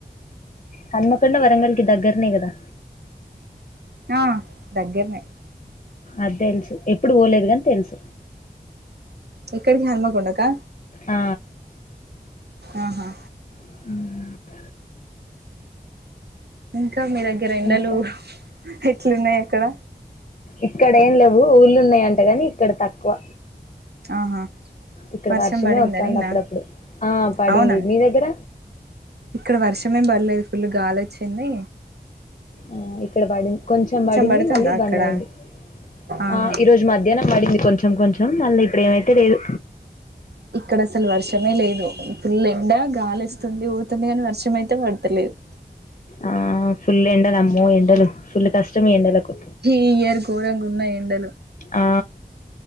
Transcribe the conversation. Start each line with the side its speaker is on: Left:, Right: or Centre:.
Left: హన్మకొండ వరంగల్కి దగ్గరనే కదా
Right: ఆ దగ్గరనే
Left: అదేలుసు ఎప్పుడు పోలేదు గాని తెలుసు
Right: ఎక్కడికి హన్ముకొండకా
Left: ఆ
Right: ఆహా
Left: హ్మ్
Right: ఇంకా మీ దగ్గర ఎండలు
Left: ఇంకా
Right: ఎట్లున్నాయ్ అక్కడ
Left: ఇక్కడ ఏం లేవు ఊళ్ళో ఉన్నాయంటగాని ఇక్కడ తక్కువ
Right: ఆహా
Left: ఇక్కడ
Right: వర్షం
Left: వర్షమే
Right: పడిందా
Left: వత్తాంది
Right: నిన్న
Left: అప్పుడప్పుడు. ఆ! పడింది.
Right: అవునా
Left: మీ దగ్గర?
Right: ఇక్కడ వర్షం ఏం పడ్లేదు ఫుల్ గాలొచ్చింది
Left: ఆ ఇక్కడ పడింది కొంచెం పడింది
Right: పడుతుందా
Left: మళ్ళీ
Right: అక్కడ
Left: బంద్ అయింది
Right: ఆహా
Left: ఆ ఈ రోజు మధ్యాహ్నం పడింది కొంచెం కొంచెం మళ్ళీ ఇప్పుడు ఏమైతే లేదు
Right: ఇక్కడ అసలు వర్షమే లేదు ఫుల్ ఎండ గాలొస్తుంది పోతుంది కాని వర్షం అయితే పడతలేదు
Left: ఆ ఫుల్ ఎండలు అమ్మో ఎండలు ఫుల్ కష్టం ఈ ఎండలకు.
Right: ఈ ఇయర్ ఘోరంగ ఉన్నయ్ ఎండలు
Left: ఆ